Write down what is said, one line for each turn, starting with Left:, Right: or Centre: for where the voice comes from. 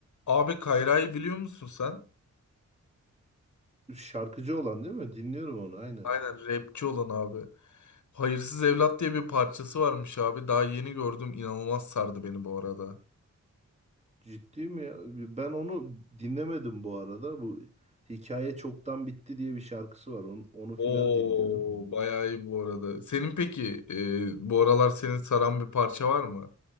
Left: Abi Kayra'yı biliyor musun sen?
Right: Şarkıcı olan değil mi? Dinliyorum onu aynen.
Left: Aynen rapçi olan abi. Hayırsız Evlat diye bir parçası varmış abi. Daha yeni gördüm. İnanılmaz sardı beni bu arada.
Right: Ciddi mi ya? Ben onu dinlemedim bu arada. Bu Hikaye Çoktan Bitti diye bir şarkısı var. Onu, onu
Left: Oo,
Right: filan dinliyordum.
Left: bayağı iyi bu arada. Senin peki e, bu aralar seni saran bir parça var mı?